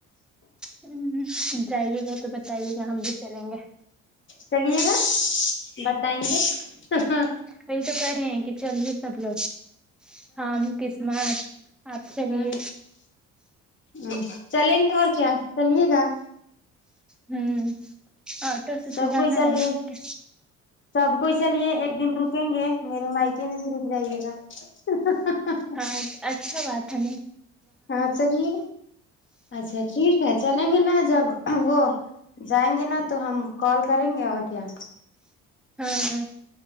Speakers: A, in the centre; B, on the left.
A: ہ جائیے گا تو بتائیے گا ہم بھی چلیں گے
B: چلیے گا بتائیں گے ہ ہ
A: وہی تو کہہ رہے ہیں کہ چلیے سب لوگ ہم قسمت آپ چلیے
B: ہ ہ چلیں گے اور کیا چلیے گا
A: ہوں آٹو سے
B: سب
A: تو جانا
B: کوئی چلیے
A: ہے تو کہ
B: سب کوئی چلیے ایک دن رک رکیں گے میرے مائکے میں بھی رک جائیے گا ہ ہ ہ
A: ہاں اچھا بات ہے ن
B: ہاں چلیے اچھا ٹھیک ہے چلیں گے نا جب وہ جائیں گے نا تو ہم کال کریں گے اور کیا
A: ہاں